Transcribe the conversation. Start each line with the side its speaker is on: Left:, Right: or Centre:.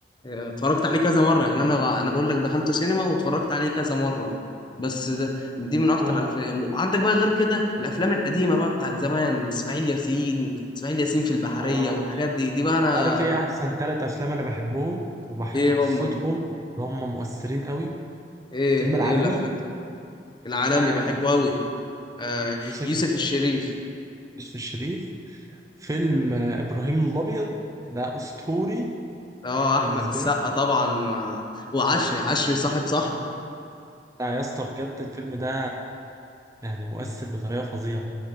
Left: اتفرجت عليه كذا مرة يعني انا انا بقول لك دخلته سينما واتفرجت عليه كذا مرة بس ده دي من اكتر
Right: اه
Left: الافلام وعندك بقى غير كده الافلام القديمة بقى بتاعت زمان اسماعيل ياسين اسماعيل ياسين في البحرية
Right: اه
Left: والحاجات دي دي بقى انا
Right: عارف ايه احسن ثلاث افلام انا بحبهم وبحب
Left: ايه
Right: قصتهم
Left: هم
Right: اللي هم مؤثرين قوي
Left: ايه
Right: فيلم العالمي
Left: ايه الافلام دي العالمي
Right: بتاع
Left: بحبه قوي آه
Right: يوسف
Left: يوسف الشريف
Right: يوسف الشريف فيلم آه، إبراهيم الأبيض ده أسطوري
Left: اه احمد
Right: بالنسبة
Left: السقا
Right: لي
Left: طبعا و... وعشري عشري صاحب صاحبه
Right: لا يا اسطى بجد الفيلم ده يعني مؤثر بطريقة فظيعة